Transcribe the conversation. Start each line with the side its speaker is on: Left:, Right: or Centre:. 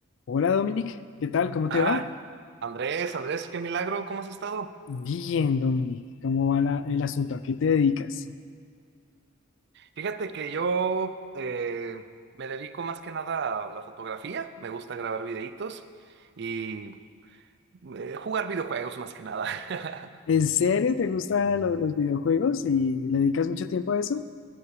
Left: Hola Dominic, ¿qué tal? ¿Cómo
Right: Ah,
Left: te va?
Right: Andrés, Andrés, qué milagro, ¿cómo has estado?
Left: Bien, Dominic, ¿cómo va la- el asunto? ¿A qué te dedicas?
Right: Fíjate que yo eh, me dedico más que nada a la fotografía, me gusta grabar videitos y eh, jugar videojuegos más que nada. <laughs>
Left: ¿En serio te gustan lo- los videojuegos y le dedicas mucho tiempo a eso?